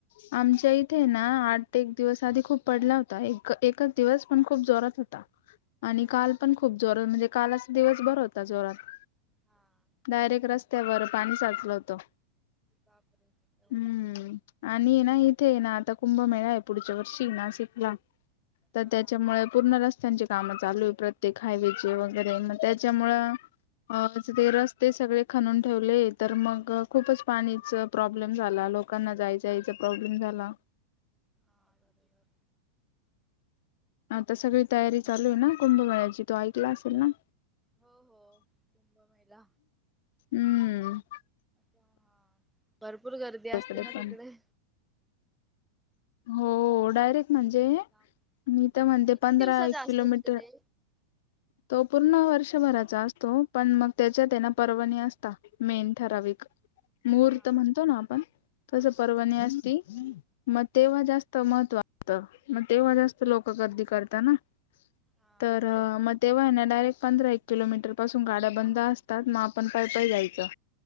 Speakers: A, on the left; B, in the centre.
A: ह आमच्या इथे ना आठ ते एक दिवस आधी खूप पडला होता एक एकच दिवस पण खूप जोरात होता <inaudible> आणि
B: हा
A: काल
B: का
A: पण खूप जोरात म्हणजे कालचा दिवस बर होता जोरात
B: हा
A: डायरेक्ट रस्त त्यावर पाणी साचलं होतं
B: बापर एवढा
A: हम्म आणि ना इथे आहे ना आता कुंभमेळा आहे पुढच्या वर्षी ना सिकला तर
B: हा
A: त्याच्यामुळे पूर्ण रस्त त्यांची कामं चालू आहे प्रत्येक हायवे चे वगैरे मग त्याच्यामुळ अ ते रस्ते सगळे खणून ठेव ले तर मग खूपच पाणीच प्रॉब्लेम झाला लोकांना जायचयचा प्रॉब्लेम झाला
B: हा बर बर
A: आता सगळी तयारी चालू आहे ना कुंभमेळची तो ऐकला असेल ना
B: हो हो कुंभ मेला
A: हम्म
B: हा भरपूर गर्दी
A: इकडे
B: असते ना
A: पण
B: तिकडे
A: हो डायरेक्ट म्हणजे
B: लांब लांब
A: मी तर म्हणतेे
B: किती
A: पंधरा
B: दिवसाचा
A: एक किलोमीटर
B: असतो मग ते?
A: तो पूर्ण वर्षभराचा असतो पण मग त्याच्यात ना पर्वाणी असता मेन ठराविक महूर्त
B: हा
A: म्हणतो ना आपण
B: हा
A: कस
B: हा
A: पर्वणी असती मग तेव्हा जास्त महत्व असतं मग तेव्हा जास्त लोकं गर्दी करतात ना
B: हा
A: तर
B: काय
A: म तेव्हा आहे ना डायरेक्ट पंधरा एक किलोमीटर पासून गाड्या बंद असतात मग पण पाय पय जायचं